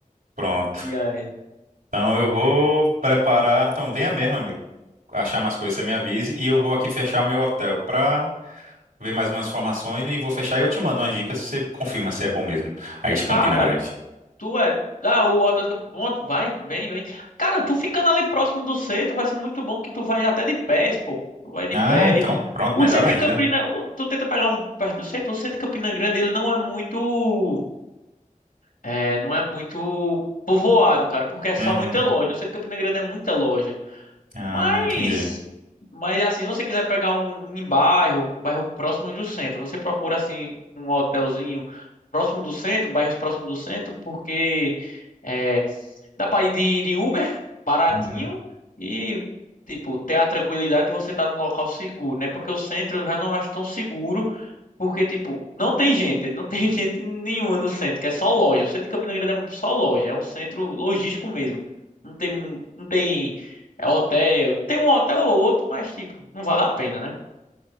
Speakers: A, on the right (about 85°); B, on the left (about 85°).
A: Pronto.
B: E aí?
A: Então eu vou preparar. Então venha mesmo, amigo. Achar mais coisas, você me avise. E eu vou aqui fechar meu hotel pra ver mais umas informações e vou fechar e eu te mando umas dicas, você confirma se é bom mesmo. Aí de Campina
B: Cara,
A: Grande.
B: Tu é. Ah, o Atlético. Pronto, vai, vem, vem. Cara, tu ficando ali próximo do centro vai ser muito bom que tu vai até de pés, pô. Tu vai de
A: Ah,
B: pés.
A: então pronto,
B: O
A: melhor
B: centro
A: ainda.
B: de Campina. o- Tu tenta pegar um perto do centro. O centro de Campina Grande, ele não é muito. É, não é muito povoado, cara, porque é só
A: Uhum.
B: muita loja. O centro de Campina Grande é muita loja.
A: Ah,
B: Mas.
A: entendi.
B: Mas assim, se você quiser pegar um um em bairro, bairro próximo do centro, você procura assim um hotelzinho próximo do centro, bairros próximos do centro, porque. é, Dá pra ir de, de Uber, baratinho,
A: Uhum.
B: e, tipo, ter a tranquilidade de você estar num local seguro, né? Porque o centro eu já não acho tão seguro, porque, tipo, não tem gente, não tem <laughs> gente nenhuma no centro, que é só loja. O centro de Campina Grande é só loja, é um centro logístico mesmo. Não tem, mu- não tem, é hotel, tem um hotel ou outro, mas, tipo, não vale a pena, né?